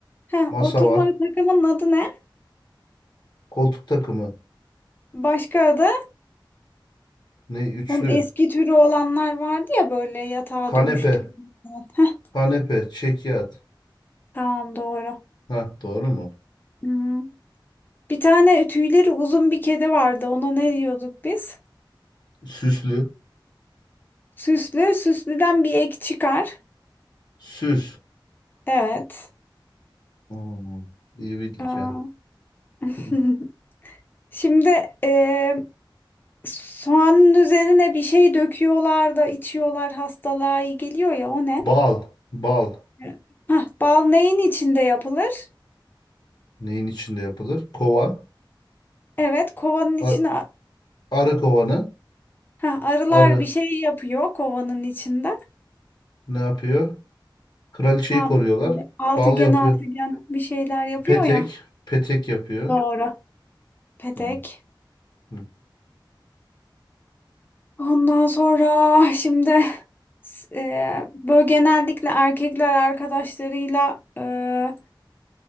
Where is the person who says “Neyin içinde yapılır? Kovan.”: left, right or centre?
Left